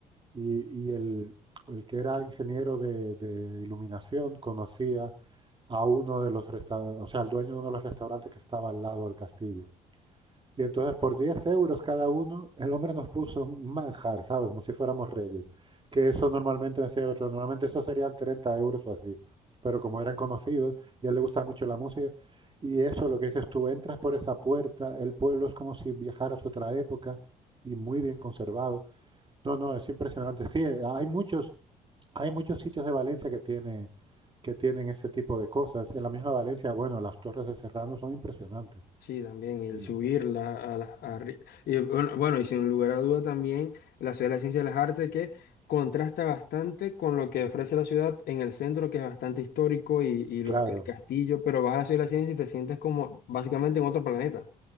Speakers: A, on the right; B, on the left.
A: Y, y el, el que era ingeniero de, de iluminación conocía a uno de los restaurantes, o sea, al dueño de uno de los restaurantes que estaba al lado del castillo. Y entonces por 10 euros cada uno, el hombre nos puso un manjar, ¿sabes? Como si fuéramos reyes. Que eso normalmente, decía el otro, normalmente eso serían 30 euros o así. Pero como eran conocidos y a él le gustaba mucho la música, y eso lo que dices tú, entras por esa puerta, el pueblo es como si viajaras a otra época y muy bien conservado. No, no, es impresionante. Sí, eh, hay muchos, hay muchos sitios de Valencia que tiene, que tienen ese tipo de cosas. En la misma Valencia, bueno, las torres de Serrano son impresionantes.
B: Sí, también y el
A: Y
B: subirla
A: la-
B: a las... arri- Y bueno, bueno, y sin lugar a duda también la Ciudad de la Ciencia y las Artes que contrasta bastante con lo que ofrece la ciudad en el centro, que es bastante histórico, y, y
A: claro,
B: los- el castillo, pero vas a la Ciudad de la Ciencia y te sientes como básicamente en otro planeta.